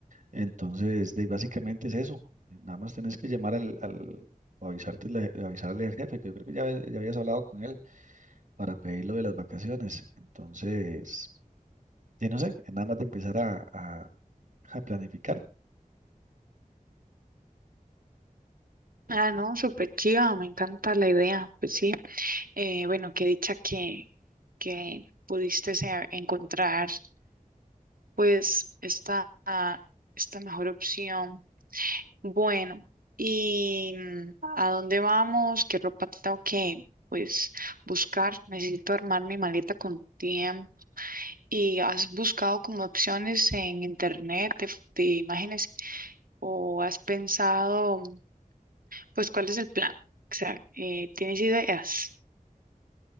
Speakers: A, on the right; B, on the right.
A: Entonces, de- básicamente es eso. Nada más tenés que llamar al, al o avisarte, la- avisarle al jefe, que yo creo que ya, ya habías hablado con él para pedir lo de las vacaciones. Entonces, y no sé, es nada más de empezar a, a a planificar.
B: Ah, no, súper chiva, me encanta la idea. Pues sí. Eh, bueno, qué dicha que, que pudiste se- encontrar pues esta, esta mejor opción. Bueno, ¿y mm, a dónde vamos? ¿Qué ropa tengo que pues buscar? Necesito armar mi maleta con tiempo. ¿Y has buscado como opciones en internet de, f- de imágenes o has pensado pues cuál es el plan? O sea, eh, ¿tienes ideas?